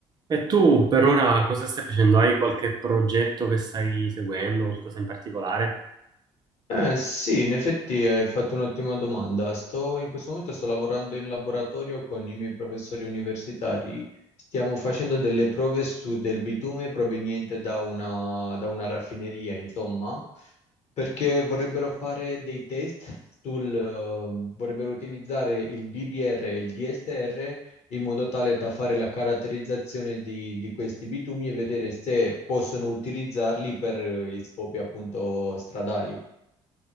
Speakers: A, on the right (about 35°); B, on the left (about 65°).
A: E tu per ora cosa stai facendo? Hai qualche progetto che stai seguendo, qualcosa in particolare?
B: Eh, sì, in effetti hai fatto un'ottima domanda. Sto, in questo momento sto lavorando in laboratorio con i miei professori universitari. Stiamo facendo delle prove su del bitume proveniente da una, da una raffineria, insomma, perché vorrebbero fare dei test sul, eh, vorrebbero utilizzare il BBR e il DSR in modo tale da fare la caratterizzazione di, di questi bitumi e vedere se possono utilizzarli per eh, gli scopi appunto stradali.